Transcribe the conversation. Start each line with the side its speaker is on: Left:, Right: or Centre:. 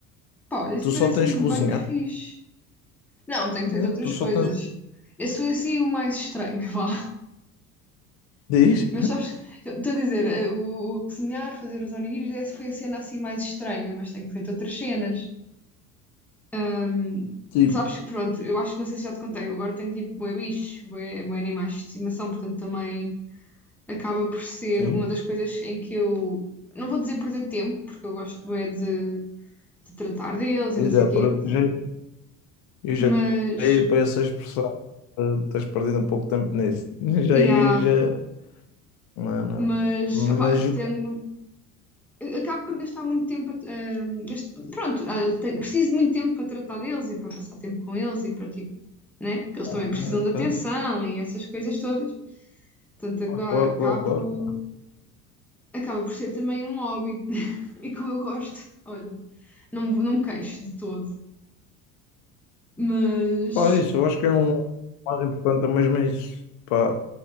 Centre: Pá, olha, isso
Left: Tu
Centre: parece-me
Left: só tens que cozinhar,
Centre: bem fixe. Não, tenho
Left: né?
Centre: feito outras
Left: Tu só
Centre: coisas.
Left: tens.
Centre: Esse foi assim o mais estranho, <laughs> vá.
Left: Diz?
Centre: Mas
Left: <laughs>
Centre: sabes, eu estou a dizer, eh, o, o cozinhar, fazer os onigiris, essa foi a cena assim mais estranha, mas tenho feito outras cenas. Ahm,
Left: Tipo,
Centre: sabes, que, pronto, eu acho que não sei se já te contei, eu agora tenho tipo bué bicho, bué, bué animais de estimação, portanto também. acaba por ser
Left: sim.
Centre: uma das coisas em que eu não vou dizer perder tempo, porque eu gosto bem de, de tratar deles e
Left: Exato,
Centre: não sei o quê,
Left: olha, eu já, eu já
Centre: mas
Left: ia para essa expressão. Eh, Estás perdendo um pouco de tempo nisso. <laughs> Já
Centre: yeah,
Left: ia, já. Não, não.
Centre: mas
Left: Mas
Centre: opá,
Left: o
Centre: tenho- acabo por gastar muito tempo a, a- gasto- pronto, a- tenho- preciso de muito tempo para tratar deles e para passar tempo com eles e para tipo, né? Porque eles também
Left: ok.
Centre: precisam de atenção e essas coisas todas. Portanto, agora
Left: Claro,
Centre: acabo,
Left: claro, claro.
Centre: acaba por ser também um hobby <laughs> e como eu gosto, olha, não, me- não me queixo de todo. Mas
Left: Pá, isso, eu acho que é um o mais importante é mesmo isso, pá,